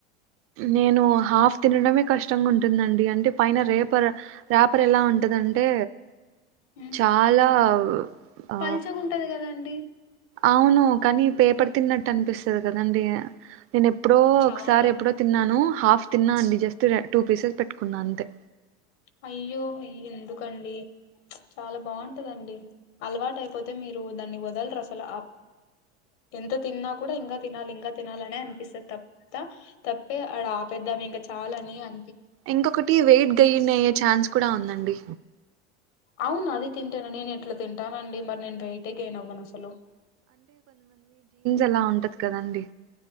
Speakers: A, on the right; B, on the left.
A: నేను హాఫ్ తినడమే కష్టంగా ఉంటుందండి అంటే పైన రేపర్ రేపర్ ఎలా ఉంటందంటే
B: ఉమ్,
A: చాలా ఆ
B: పల్చగా ఉంటది కదాండి
A: అవును కానీ పేపర్ తిన్న అనిపిస్తుంది కదండి నేను ఎప్పుడో
B: చాలా
A: ఒకసారి ఎప్పుడో తిన్నాను హాఫ్ తిన్నా అండి జస్ట్ టూ పీసెస్ పెట్టుకున్నా అంతే
B: అయ్యో అయ్య ఎందుకండి, చాలా బాగుంటదండి, అలవాటు అయిపోతే, మీరు దాన్ని వదలరు అసలు ఎంత తిన్నా కూడా ఇంకా తినాలి, ఇంకా తినాలినే అనిపిస్తుంది తప్ప త తప్పే ఆడ ఆపిద్దాం ఇంకా చాలని అ
A: ఎంగ కుటి వెయిట్ గైన్ అ ఛాన్స్ కూడా ఉందండి
B: అవును అది తింటాను, నేను ఎట్లా తింటానండి, మరి నేను వెయటే గయన్ అవ్వను అసలు
A: ఎలా ఉంటది కదండి